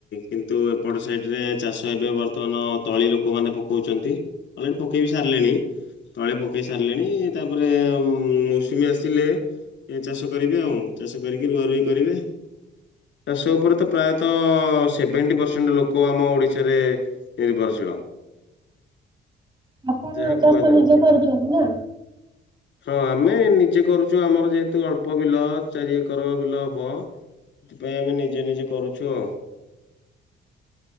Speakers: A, on the left; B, on the right.
A: କିନ୍ତୁ ଏପଟ ସାଇଟରେ ଚାଷ ଏବେ ବର୍ତ୍ତମାନ ତଳି ଲୋକମାନେ ପକଉଚନ୍ତି। ଅଲରେଡ଼ି ପକେଇ ବିି ସାରିଲେଣି। ତଳେ ପକାଇ ସାରିଲେଣି ତାପରେ ମୌସୁମୀ ଆସିଲେ ଏ ଚାଷ କରିବେ ଆଉ ଚାଷ କରିକି ରୁଆ ରୋଇ କରିବେ। ଚାଷ ଉପରେ ତ ପ୍ରାୟତଃ ସେଭେଣ୍ଟି ପରସେଣ୍ଟ ଲୋକ ଆମ ଓଡ଼ିଶାରେ ନିର୍ଭରଶୀଳ।
B: ଆପଣ
A: ଯାହା
B: ଚାଷ
A: କୁହାଯାଉଛି
B: ନିଜେ କରୁଚନ୍ତି ତ?
A: ହଁ ଆମେ ନିଜେ କରୁଚୁ। ଆମର ଯେହେତୁ ଅଳ୍ପ ବିଲ ଚାରି ଏକରର ବିଲ ହବ। ସେଥିପାଇଁ ଆମେ ନିଜେ ନିଜେ କରୁଚୁ ଆଉ।